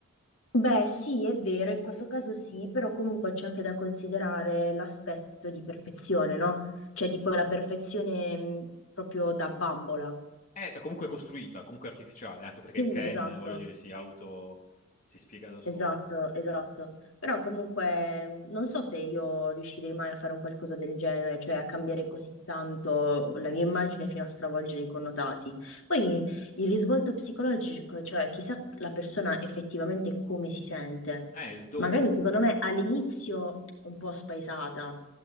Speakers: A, on the left; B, on the left.
A: Beh, sì, è vero, in questo caso sì, però comunque c'è anche da considerare l'aspetto di perfezione, no? Cioè di quella perfezione mh, proprio da bambola.
B: È comunque costruita, comunque artificiale, anche perché
A: Sì,
B: il Ken,
A: esatto.
B: voglio dire, si auto, si spiega da
A: Esatto,
B: solo.
A: esatto. Però comunque mh, non so se io riuscirei mai a fare un qualcosa del genere, cioè a cambiare così tanto la mia immagine fino a stravolgere i connotati. Poi il risvolto psicologico, cioè chissà la persona effettivamente come si sente.
B: Eh, il dopo.
A: Magari secondo me all'inizio un po' spaesata,